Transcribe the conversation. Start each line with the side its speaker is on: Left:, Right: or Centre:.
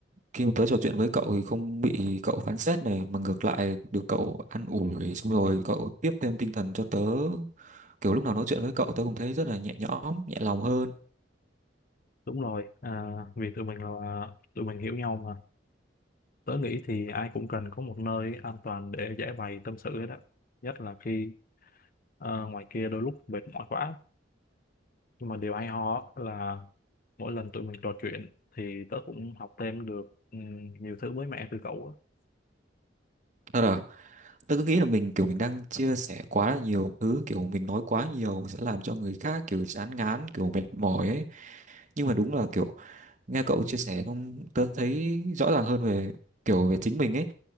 Right: khi mà tớ trò chuyện với cậu thì không bị cậu phán xét này mà ngược lại được cậu an ủi xong rồi cậu tiếp thêm tinh thần cho tớ. Kiểu lúc nào nói chuyện với cậu tớ cũng thấy rất là nhẹ nhõm, nhẹ lòng hơn.
Left: Đúng rồi, à, vì tụi mình là tụi mình hiểu nhau mà. Tớ nghĩ thì ai cũng cần có một nơi an toàn để giải bày tâm sự hết á. Nhất là khi ờ, ngoài kia đôi lúc mệt mỏi quá. Nhưng mà điều hay ho á là mỗi lần tụi mình trò chuyện thì tớ cũng học thêm được ừm, nhiều thứ mới mẻ từ cậu á.
Right: Thật à, tớ cứ nghĩ là mình kiểu mình đang chia sẻ quá là nhiều thứ, kiểu mình nói quá nhiều sẽ làm cho người khác kiểu chán ngán, kiểu mệt mỏi ấy. Nhưng mà đúng là kiểu nghe cậu chia sẻ xong tớ thấy rõ ràng hơn về kiểu về chính mình ấy.